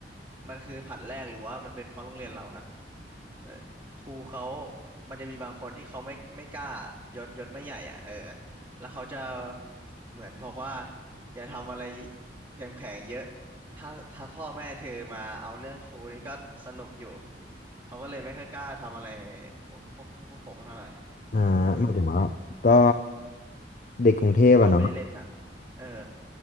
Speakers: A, on the right; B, on the left.
A: มันคือผัดแรกหรือว่ามันเป็นเพราะโรงเรียนเรานะเออครูเขามันจะมีบางคนที่เขาไม่ไม่กล้ายศยศไม่ใหญ่อ่ะเออแล้วเขาจะเหมือนบอกว่าอย่าทำอะไรแผลงๆเยอะถ้าถ้าพ่อแม่เธอมาเอาเรื่องครูนี่ก็สนุกอยู่เขาก็เลยไม่ค่อยกล้าทำอะไรพวกพวกพวกผมเท่าไหร่
B: อ่าหมายถึงว่าก็
A: เออ
B: เด็กกรุงเทพอะเนาะ
A: เขาไม่ได้เล่นหนังเออ